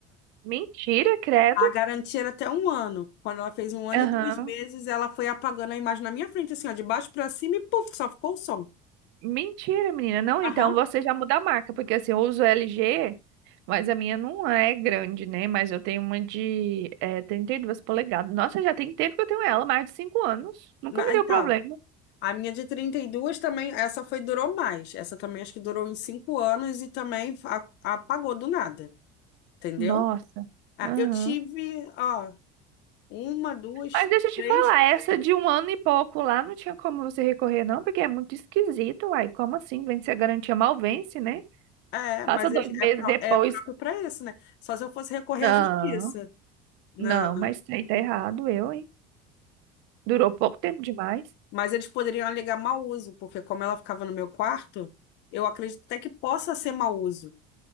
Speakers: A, on the right; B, on the left.
A: Mentira, credo.
B: A garantia era até um ano. Quando ela fez um ano
A: aham.
B: e dois meses, ela foi apagando a imagem na minha frente, assim, ó, de baixo pra cima e puf, só ficou o som.
A: Mentira, menina. Não, então
B: Aham.
A: você já muda a marca, porque assim, eu uso LG, mas a minha não é grande, né? Mas eu tenho uma de é, 32 polegadas. Nossa, já tem tempo que eu tenho ela, mais de 5 anos. Nunca
B: Na-
A: me deu
B: então,
A: problema.
B: a minha de 32 também, essa foi, durou mais. Essa também acho que durou uns cinco anos e também a- apagou do nada, entendeu?
A: Nossa.
B: Ah,
A: Aham.
B: Eu tive, ó, uma, duas,
A: Mas deixa eu te
B: três.
A: falar, essa de um ano e pouco lá não tinha como você recorrer, não, porque é muito esquisito, uai. Como assim? Vence a garantia, mal vence, né?
B: É,
A: Passa
B: mas
A: dois
B: é,
A: meses
B: é pró-
A: depois.
B: é próprio para isso, né? Só se eu fosse recorrer
A: Não.
B: à justiça. Não.
A: Não, mas isso aí tá errado, eu, hein? Durou pouco tempo demais.
B: Mas eles poderiam alegar mau uso, porque como ela ficava no meu quarto, eu acredito até que possa ser mau uso.